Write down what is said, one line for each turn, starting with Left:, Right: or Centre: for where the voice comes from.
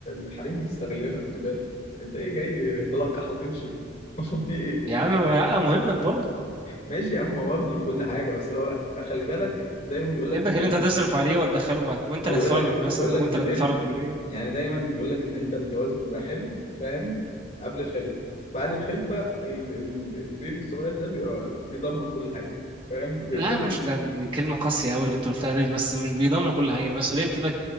Left: الحريم بيستغلنا خلي بالك انت ايه جاي تلقح وتمشي <laughs> في ايه
Right: يا عم ما ما هو ابنك برضه
Left: ماشي يا عم هو ابني كل حاجة بس هو خلي بالك دايما بيقول لك
Right: ابنك
Left: ان
Right: اللي
Left: ال-
Right: انت هتصرف عليه وهتدخله وهت- وانت
Left: ما
Right: اللي
Left: هو بيقول
Right: هتدفع
Left: لك
Right: له المدرسه
Left: بيقول
Right: وانت
Left: لك ان الابن
Right: اللي هتدفع له الكليه
Left: يعني دايما بيقول لك ان انت الجواز بيبقى حلو فاهم قبل الخلفة بعد الخلفة ال... ال... البيبي الصغير ده بيبقى بيدمر كل حاجة فاهم بكل
Right: لا مش ده يعني كلمة قاسية أوي اللي أنت قلتها دي بس مش بيضمن كل حاجة المسؤولية بتبقى